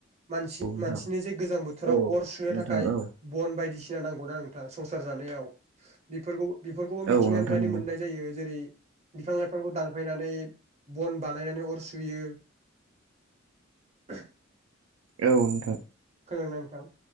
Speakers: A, on the right; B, on the right.
A: मानसि
B: औ नोंथां
A: मानसिनो जे गोजां बोथोराव
B: औ
A: अर सुनो
B: नोंथां
A: थाखाय
B: औ
A: बन बायदिसिना नांगौना ना संसार जानायाव बेफोरखौ बेफोरखौबो मिथिंगानिफ्रायनो
B: औ नोंथां नंगौ
A: मोननाय जायो जेरै बिफां लाइफांखौ दानफायनानै बन बानायनानै अर सुयो <unintelligible>
B: औ नोंथां
A: खोलोंनां नोंथां